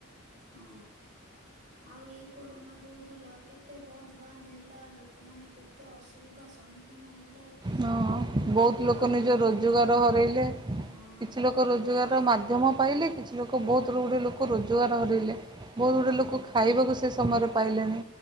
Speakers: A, on the right; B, on the right.
A: ହଁ ଆଉ ଏଇ କୋରୋନା ଯୋଉ ହେଲା କେତେ ବନ୍ଦ ବାନ୍ଦ ହେଲା ଲୋକମାନେ କେତେ ଅସୁବିଧା ସମ୍ମୁଖୀନ ହେଲେ।
B: ହଁ
A: ଏ, ଲୋକ
B: ବହୁତ
A: ବି
B: ଲୋକ
A: କାମ
B: ନିଜ
A: ଧନ୍ଦା
B: ରୋଜଗାର ହରାଇଲେ
A: ହଁ
B: କିଛି ଲୋକ ରୋଜଗାର
A: କା
B: ମାଧ୍ୟମ ପାଇଲେ କିଛି ଲୋକ ବହୁତ ଗୁଡ଼ିଏ ଲୋକ ରୋଜଗାର ହରାଇଲେ। ବହୁତ ଗୁଡେ
A: ହଁ
B: ଲୋକ ଖାଇବାକୁ ସେ ସମୟରେ ପାଇଲେଣି।